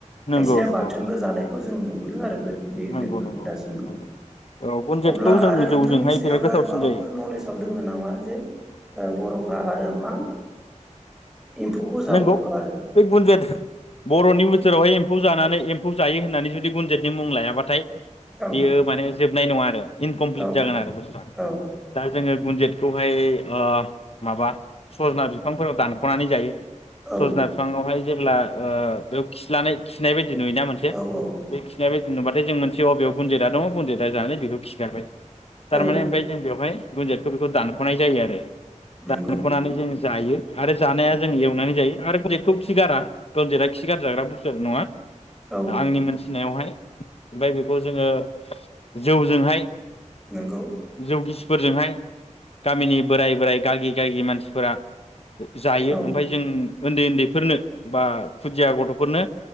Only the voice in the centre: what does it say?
खायसेया
बाथोनबो
जानायखौ जों नुदों आरो गो बे
बेफोर।
दासिमबो
अब्ला
आरो नोंथांनि
सायाव
दा
माबाफोर
नलेजाव दङ नामा जे बर'फ्रा आरो मा एम्फौखौ जाबावो
आरो
औ
औ
औ
औ
औ
औ औ
नंगौ
औ
नंगौ
औ